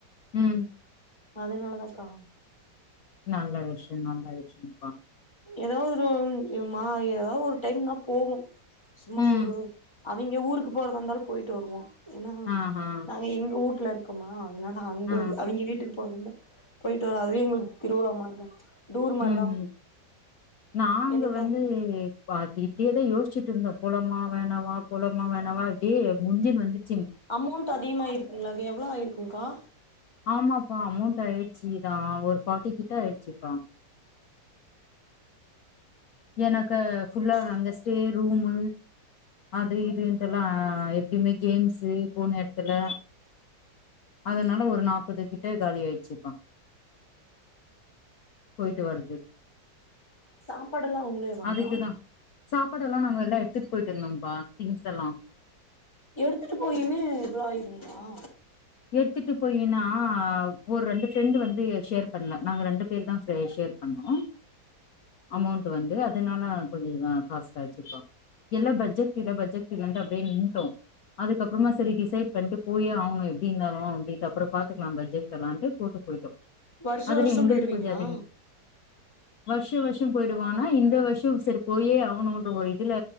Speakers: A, on the left (about 60°); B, on the left (about 15°).
A: ம்
B: அதுனாலதாக்கா
A: நல்ல விஷயம் நல்ல விஷயம்ப்பா
B: எதாவது ஒரு மா எதாவது ஒரு டைம்னா போவோ சும்மா
A: ம்
B: ஒரு அவிங்க ஊருக்கு போறதா இருந்தாலு போயிட்டு வருவோ ஏன்னா
A: ஆ ஆ
B: நாங்க எங்க ஊட்ல இருக் க்கமா அதனால அங்க
A: ஆ
B: அவிங்க வீட்டுக் போறதாருந்தா போயிட்டு வரோ அதுவே எங்களுக்கு திருவிழா மாரிதா டூர் மாரிதா
A: ம் ம் நாங்க
B: என்னைக்காது
A: வந்து பா இப்டியேதா யோசிச்சிட்டு இருந்தோ போலாமா வேணாவா போலாமா வேணாவா இப்டியே முஞ்சின் வந்துட்
B: அமௌண்ட் அதிகமாயிருக்குங்ளா அது எவ்ளோ ஆயிருக்குங்க்கா
A: ஆமாப்பா <unintelligible> ஒரு ஃபார்ட்டி கிட்ட ஆயிடுச்சுப்பா ஏன்னாக்க ஃபுல்லா அங்க ஸ்டே ரூமு அது இதுன்ட்டு எல்லா எப்டியுமே கேம்சு போன எடத்துல அதனால ஒரு நாபபது கிட்ட காலி ஆயிடுச்சுப்பா போயிட்டு வருது
B: சாப்பாடெல்லா அவங்களேவாங்க்கா
A: அதுக்குதா சாப்பாடெல்லா நாங்க எல்லா எடுத்துட் போயிட்ருந்தோம்ப்பா திங்ஸ் எல்லா
B: எடுத்துட்டு போயுமே இவ்ளோ ஆயிருந்ததுங்ளா
A: எடுத்துட்டு போயினா ஒரு ரெண்டு ஃப்ரெண்டு வந்து ஷேர் பண்ல நாங்க ரெண்டு பேர்தா அ ஷேர் பண்ணோ அமௌண்ட் வந்து அதனால கொஞ்ச காஸ்ட் ஆச்சுப்பா எல்லா பட்ஜெட் இல்ல பட்ஜெட் இல்லன்ட்டு அப்டியே நின்ட்டோ அதுக்கப்புறமா சரி டிசைட் பண்ட்டு போயே ஆவணு இப் தீந்தாலு அப்டி அப்றோ பாத்துக்கலா பட்ஜெட் எல்லான்ட்டு போட்டு போயிட்டோ
B: வருஷோ
A: அதுல
B: வருஷோ
A: எங்கள்து
B: போயிருவீங்களா
A: கொஞ்ச அதிகோ வர்ஷ வர்ஷோ போயிடுவோ ஆனா இந்த வருஷம் செரி போயே ஆகணும்ன்ற ஒரு இதுல